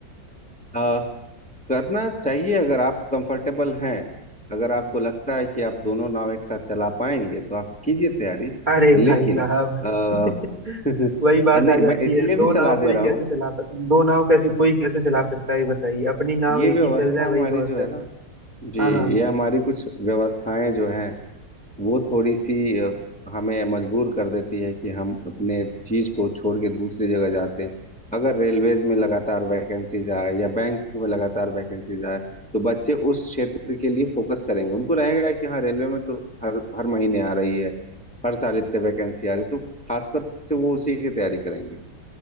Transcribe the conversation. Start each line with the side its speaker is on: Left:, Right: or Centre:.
Centre: आ, करना चाहिए अगर आप कंफर्टेबल हैं अगर आपको लगता है कि आप दोनों नाव एक साथ चला पाएंगे तो आप कीजिए तैयारी
Right: अरे भाई
Centre: लेकिन
Right: साहब
Centre: आ,
Right: <laughs>
Centre: <laughs>
Right: वही बात
Centre: नहीं
Right: आ जाती
Centre: मैं इसलिए
Right: है दो
Centre: भी सलाह
Right: नाव कोई
Centre: दे रहा
Right: कैसे
Centre: हूँ
Right: चला पा दो नाव कैसे
Centre: <laughs>
Right: कोई कैसे चला सकता है ये बताइए अपनी नाव
Centre: ये
Right: एक
Centre: व्यवस्था
Right: ही चल जाए वही
Centre: हमारी
Right: बहुत
Centre: जो है
Right: है
Centre: ना जी
Right: हाँ हाँ
Centre: ये हमारी कुछ व्यवस्थाएं जो हैं वो थोड़ी सी अ, हमें मजबूर कर देती है कि हम अपने चीज को छोड़ के दूसरी जगह जाते हैं अगर रेलवेज में लगातार वैकेंसीज आए या बैंक में लगातार वैकेंसीज आए तो बच्चे उस क्षेत्र के लिए फोकस करेंगे उनको रहेगा कि हाँ रेलवे में तो हर हर महीने आ रही है हर साल इतने वैकेंसी आ रही है तो खासकर से वो उसी की तैयारी करेंगे